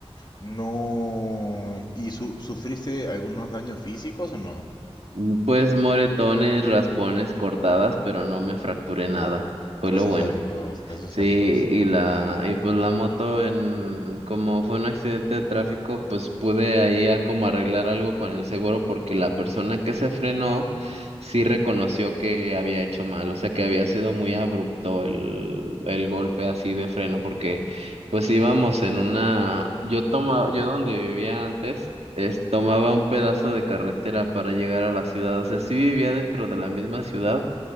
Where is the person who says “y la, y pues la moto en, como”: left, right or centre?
Right